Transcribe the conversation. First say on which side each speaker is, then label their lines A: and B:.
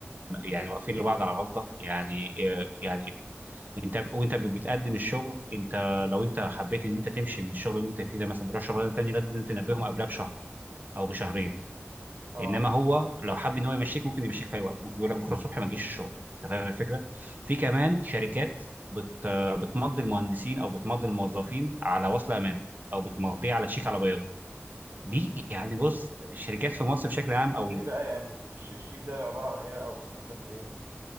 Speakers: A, on the right; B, on the right.
A: يعني واقفين لبعض على غلطه يعني يعني انت وانت بتقدم الشغل انت لو انت حبيت ان انت تمشي من الشغل اللي انت فيه ده مثلا تروح شغلانه تانيه لازم تنبههم قبلها بشهر او بشهرين
B: اه
A: انما هو لو حب ان هو يمشيك ممكن يمشيك في اي وقت ممكن يقول لك بكره الصبح ما تجيش الشغل انت فاهم الفكره في كمان شركات بت بتمضي المهندسين او بتمضي الموظفين على وصل امانه او بتمضيه على شيك على بياض دي يعني بص الشركات في مصر بشكل عام او
B: ايه بقى يعني الش- الشيك ده عباره عن ايه بقى وبيستخدم في ايه